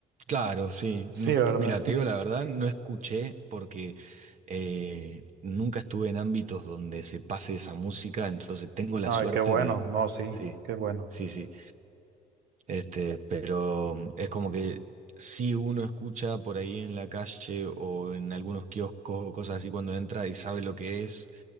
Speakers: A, on the right; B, on the right.
A: Claro, sí.
B: Sí,
A: No-
B: ¿verdad?
A: mira, te
B: <laughs>
A: digo la verdad, no escuché porque eh, nunca estuve en ámbitos donde se pase esa música, entonces tengo la
B: Ay,
A: suerte
B: qué bueno,
A: de...
B: no, sí,
A: Sí,
B: qué bueno.
A: sí, sí. Este, pero mm, es como que si uno escucha por ahí en la calle o en algunos kioscos o cosas así cuando entra y sabe lo que es,